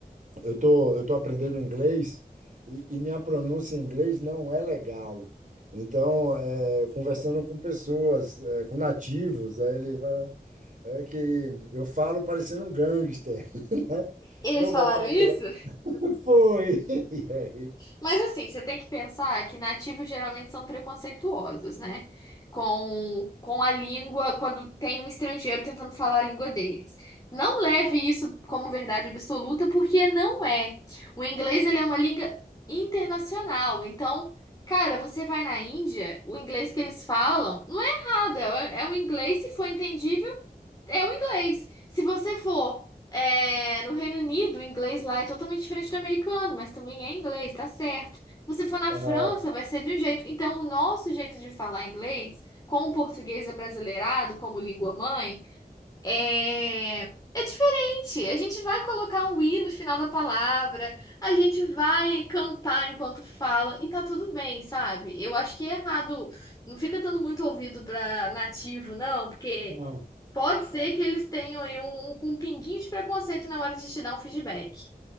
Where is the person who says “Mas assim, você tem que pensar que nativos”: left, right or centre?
Left